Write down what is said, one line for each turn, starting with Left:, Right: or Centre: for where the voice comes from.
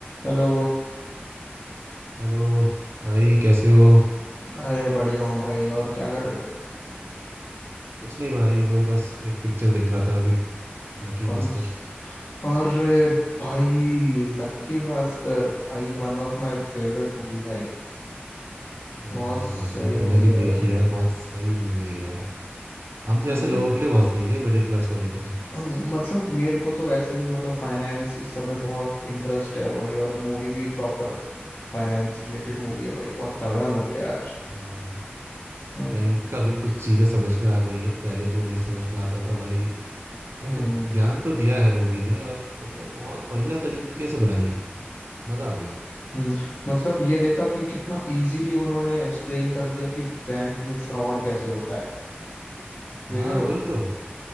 Left: Hello
Right: Hello भाई कैसे हो
Left: अरे बढ़िया हूँ भाई और क्या कर रहे हो
Right: कुछ नहीं भाई वही बस एक पिक्चर देख रहा था अभी लकी
Left: कौन
Right: भास्कर
Left: स- अरे भाई लक्की भास्कर भाई one of my favourite movie भाई
Right: वही
Left: बहुत सही
Right: भाई मैंने
Left: मूवी
Right: अभी
Left: है भाई
Right: देखी यार बहुत सही मूवी है यार हम जैसे
Left: हम्म
Right: लोगों के लिए बहुत सही है मिडिल क्लास वालों के लिए
Left: <clears throat> मतलब मेरे को तो वैसे भी मतलब फाइनेंस इस सब में बहुत इंटरेस्ट है भाई और मूवी भी प्रॉपर फाइनेंस रिलेटेड मूवी है भाई बहुत तगड़ा मूवी है यार
Right: हाँ
Left: हम्म
Right: बैंक का भी कुछ चीजें समझ में आ गई है पहले जो नहीं समझ में आता था भाई देखो
Left: हम्म
Right: ज्ञान तो दिया है मूवी ने और मतलब बहुत बढ़िया तरीके से बनाई है मजा आ गया
Left: हम्म, मतलब ये देखा कि कितना इजीली उन्होंने एक्सप्लेन कर दिया कि बैंक में फ्रॉड कैसे होता है देख
Right: हाँ
Left: रहे हो
Right: वही तो